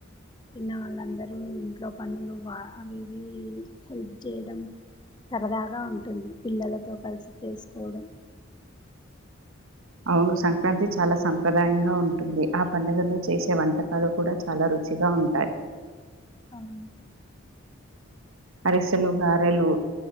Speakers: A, on the left (about 20°); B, on the right (about 75°).
A: చిన్నవాళ్ళందరూ ఇంట్లో పనులు వా అవి ఇవి హెల్ప్ చేయడం సరదాగా ఉంటుంది పిల్లలతో కలిసి చేసుకోవడం
B: అవును సంక్రాంతి చాలా సంప్రదాయంగా ఉంటుంది ఆ పండుగలో చేసే వంటకాలు కూడా చాలా రుచిగా ఉంటాయి
A: అవు
B: అరిసెలు, గారెలు